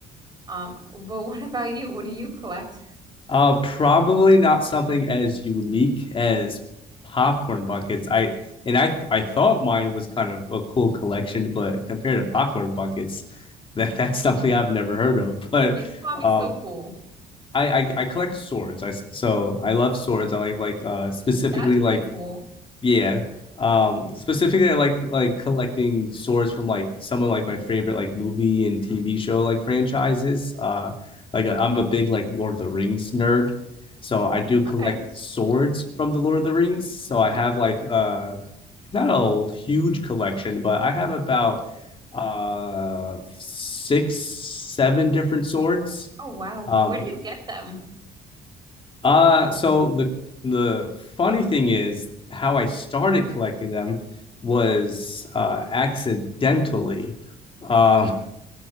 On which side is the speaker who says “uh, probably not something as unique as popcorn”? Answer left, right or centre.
Left